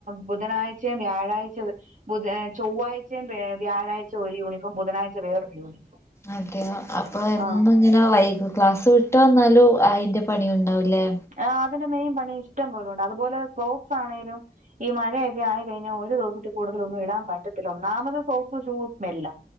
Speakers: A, on the right; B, on the left.
A: ബുധനാഴ്ചയും വ്യാഴാഴ്ച ഓ- ബുധ, ചൊവ്വാഴ്ചയും, വ്യാഴാഴ്ച, ഒരു യൂണിഫോം. ബുധനാഴ്ച, വേറൊരു യൂണിഫോം.
B: അതെയ അപ്പോ എന്ന്.
A: ആഹ്
B: ഇങ്ങനെ വൈക്കും. ക്ലാസ്സ് വിട്ട്- വന്നാലും അയിന്റെ പണി- ഇണ്ടാവൂല്ലേ?
A: ആഹ്‌ അതിന്റെ മെയിൻ പണി- ഇഷ്ടം പോലുണ്ട്. അതുപോലെ- സോക്സ് ആണെലും. ഈ മഴയൊക്കെ ആയി- കഴിഞ്ഞാൽ ഒരു ദിവസത്തി- കൂടുതലൊന്നും ഇടാൻ പറ്റത്തില്ല. ഒന്നാമത് സോസ്, ഷൂസ് സ്മെല്ല.